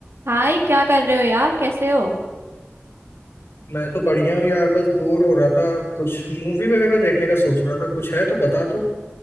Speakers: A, on the right; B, on the left.
A: हाय क्या कर रहे हो यार कैसे हो
B: मैं तो बढ़िया हूँ यार बस बोर हो रहा था कुछ मूवी वगैरह देखने का सोच रहा था कुछ है तो बता तू